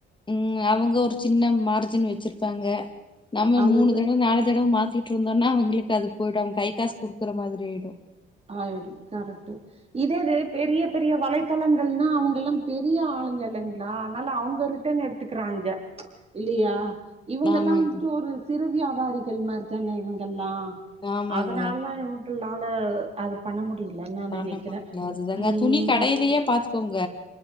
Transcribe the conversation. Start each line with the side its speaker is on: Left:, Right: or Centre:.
Left: ம் அவுங்க ஒரு சின்ன மார்ஜின் வெச்சிருப்பாங்க நம்ம
Right: அதுது
Left: மூணு தடவ நாலு தடவ மாத்தி டுருந்தொன அவங்களுக்கு அது போய்டும் அவ்ங் கை காசு குடுக்குற மாதிரி ஆய்டு
Right: ஆயிடு கரெட்டு இதேது பெரிய பெரிய வலைத்தளங்கள்னா அவங்க எல்லா பெரிய ஆளுங்க இல்லங்குள அதனால அவுங்க ரிட்டன் எடு ட்டுக்கிறாங்க ப்ச் இல்லியா இவுங்க
Left: ஆமாங்க,
Right: எல்லா வந்துட்டு ஒரு சிறு வியாபாரிகள் மார் தான இவங்கெல்லா
Left: ஆமாங்க.
Right: அதனால்லா இவ்ங்களால அது பண்ண முடியலன்னு நா
Left: பண்ண
Right: நெனைக்கிறே
Left: முடியா அதுதாங்க
Right: ம்
Left: துணி கடைலியே பாத்துக்கோங்க